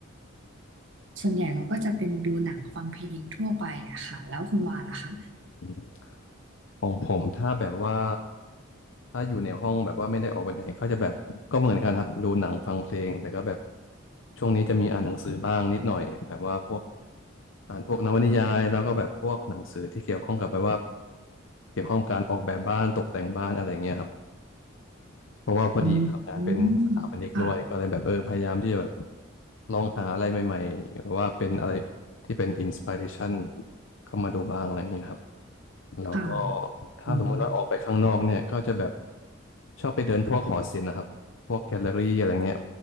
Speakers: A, on the right; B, on the left.
A: ส่วนใหญ่เราก็จะเป็นดูหนังฟังเพลงทั่วไปอะค่ะแล้วคุณว่าล่ะคะ
B: อืมของผมถ้าแบบว่าถ้าอยู่ในห้องแบบว่าไม่ได้ออกไปไหนก็จะแบบก็เหมือนกันครับดูหนังฟังเพลงแต่ก็แบบช่วงนี้จะมีอ่านหนังสือบ้างนิดหน่อยแบบว่าพวกอ่านพวกนวนิยายแล้วก็แบบพวกหนังสือที่เกี่ยวข้องกับแบบว่าเกี่ยวข้องกับการออกแบบบ้านตกแต่งบ้านอะไรเงี้ยครับ เพราะว่าพอดีทำงานเป็นสถาปนิกด้วยก็เลยแบบเออพยายามที่จะแบบ
A: อืมอืมค่ะ
B: ลองหาอะไรใหม่ๆหรือว่าเป็นอะไรที่เป็นอินสปิเรชันเข้ามาดูบ้างอะไรอย่างเงี้ยครับแล้วก็
A: ค่ะ
B: ถ้าสมมุติว่าออกไปข้างนอกเนี่ยก็จะแบบ
A: อืม
B: ชอบไปเดินพวกหอศิลป์นะครับพวกแกลเลอรี่อะไรเงี้ย